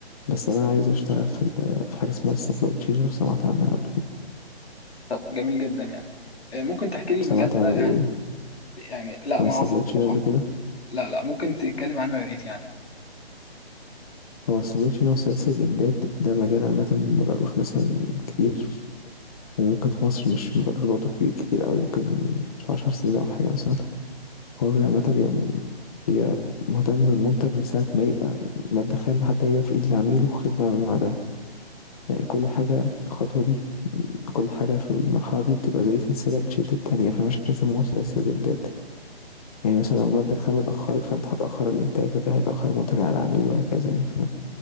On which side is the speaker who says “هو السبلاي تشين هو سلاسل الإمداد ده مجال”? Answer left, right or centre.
Left